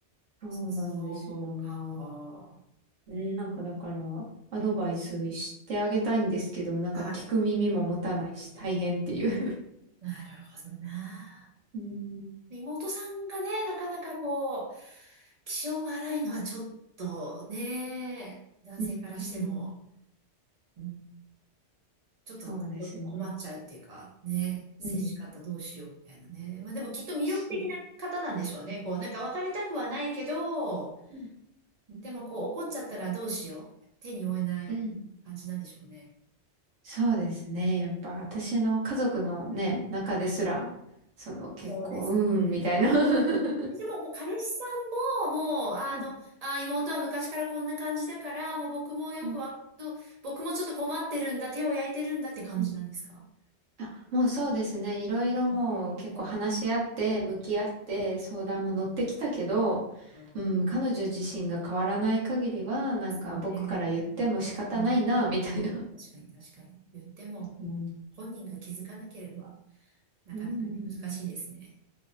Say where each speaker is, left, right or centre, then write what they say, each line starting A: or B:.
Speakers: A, on the right; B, on the right.
A: そうなんですよ。
B: そうか。
A: ね、なんかだから、アドバイスしてあげたいんですけど、なんか聞く耳も持たないし大変っていう。
B: はい。なるほどな。
A: うん。
B: 妹さんがね、なかなかこう、気性が荒いのはちょっとね、男性からしても、
A: うん
B: うんちょっとこ困っちゃうっていうか、
A: そうですね。
B: ね、接し方どうしようみたいなね。
A: うん。
B: まあでもきっと魅力的な方なんでしょうね。
A: そう。
B: こう、なんか別れたくはないけど、
A: うん。
B: でもこう怒っちゃったらどうしよう。手に負えない感じなんでしょうね。
A: うんそうですね。やっぱ私の家族のね、中ですら、その結構、
B: そうですね。
A: うーん、みたいな <laughs>
B: でも、もう彼氏さんも、もう、あの、
A: はい。
B: あ、妹は昔からこんな感じだから、もう僕もよくわ、
A: <laughs> うん
B: ど僕もちょっと困ってるんだ、手を焼いてるんだって感じなんですか
A: うんあ、もうそうですね。いろいろもう結構話し合って、
B: ね
A: 向き合って、相談も乗ってきたけど、
B: うん、
A: うん、彼女自身が変わらない限りは、
B: そうですね。
A: なんか僕から言っても仕方ないな、
B: うん、
A: みたいな。
B: 確かに確かに。言っても、もう本人が気づかなければ、
A: うん。
B: なかなかね、
A: うん
B: 難しいですね。